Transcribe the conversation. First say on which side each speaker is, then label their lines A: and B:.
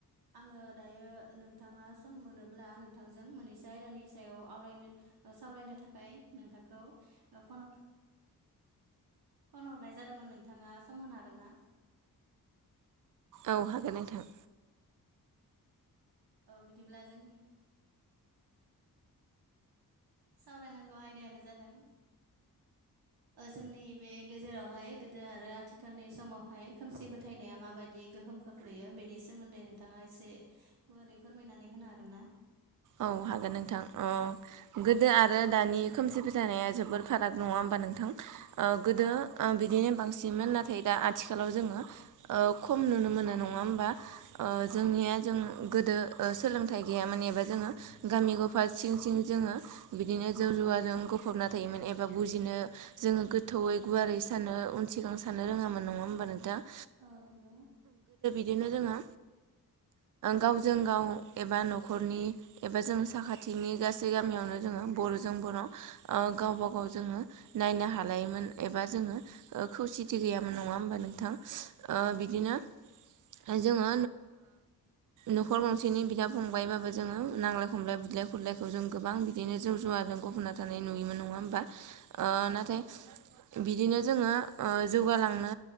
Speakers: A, on the right; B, on the right.
A: आङो दायो नोंथाङा सम मोनोब्ला नोंथांजों मोननैसे आयदानि सायाव आवरायनो सावरायनो थाखाय नोंथांखौ फन फन हरनाय जादोंमोन नोंथाङा सम होनो हागोन ना?
B: औ हागोन नोंथां
A: बिदिब्ला जोंनि सावरायनांगौ आयदायानो जादों जोंनि बे गेजेरावहाय गोदो आरो आथिखालनि समावहाय खोमसि फोथायनाया माबायदि बिदि गोहोम खोख्लैयो बेनि सोमोन्दै नोंथाङा एसे गुवारै फोरमायनानै होनो हागोन ना
B: औ हागोन नोंथां अ गोदो आरो दानि खोमसि फोथायनाया जोबोर फाराग नङा होनबा नोंथां ओ गोदो
A: औ नंगौ
B: बिदिनो बांसिनमोन नाथाय दा आथिखालाव आथिखालाव जोङो ओ खम नुनो मोनो नङा होमबा
A: औ
B: जोंनिया जों गोदो ओ सोलोंथाइ गैयामोन एबा जोङो गामि गफा सिं सिं जोङो बिदिनो जौ जुवाजों गफबना थायोमोन एबा बुजिनो जोङो गोथौयै गुवारै सानो उन सिगां सानो रोङामोन नङा होमबा नोंथां दा
A: औ नंगौ
B: बिदिनो जोङो गावजों गाव एबा नखरनि एबा जों साखाथिनि गासै गामियावनो जोङो बरजों बर गावबा गाव जोङो नायनो हालायोमोन एबा जोङो खौसेथि गैयामोन नङा होमबा नोंथां ओ
A: औ नंगौ
B: बिदिनो जोङो नखर ओ गंसेनि बिदा फंबायबाबो जोङो नांलाय खमलाय बिदलाय खुरलायखौ जों गोबां बिदिनो जौ जुवाजों गबना थानाय नुयोमोन नङा होमबा ओ
A: औ
B: नाथाय
A: नंगौ
B: बिदिनो जोङो ओ जौगालांनो